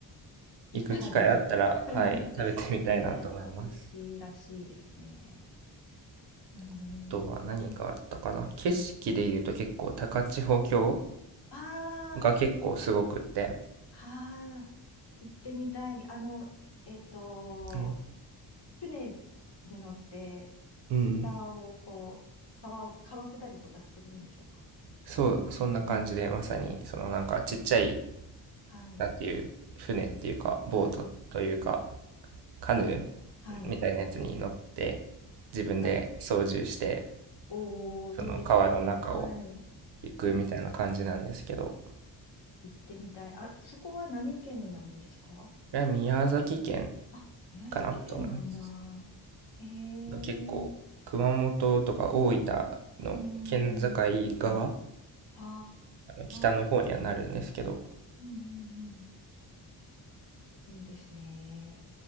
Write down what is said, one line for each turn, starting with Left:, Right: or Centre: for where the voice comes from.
Left: 行ったらぜひ。
Right: 行く機会あったら、
Left: <laughs>
Right: はい、食べてみたいなと思います。
Left: で、美味しいらしいですね。うーん。
Right: あとは何があったかな。景色で言うと結構高千穂峡
Left: ああ、
Right: が結構すごくって、
Left: ああ、行ってみたい。あの、えっと、
Right: うん。
Left: 船に乗って、
Right: うん。
Left: 下をこう、川を、川下りとかするんでしょうか。
Right: そう、
Left: あ、
Right: そんな感じで、
Left: うん、
Right: まさに、そのなんかちっちゃい、
Left: うん、はい、
Right: なんていう、船っていうか、ボートというか、
Left: はい、
Right: カヌ
Left: はい。
Right: ーみたいなやつに乗って、自分で操縦して、
Left: が、おー、
Right: その川の中を
Left: いいですね。はい。
Right: 行くみたいな感じなんですけど、
Left: ちょっと
Right: こ
Left: 行ってみたい。あ、そこは何県になるんですか
Right: れは宮崎県
Left: あ、宮崎県なんだ。
Right: かなと思います。
Left: へえ、
Right: 結構、熊本とか大分の県境側、
Left: うーん。は
Right: あの北の方にはなるんですけど、
Left: あ、うんうんうん、いいですね。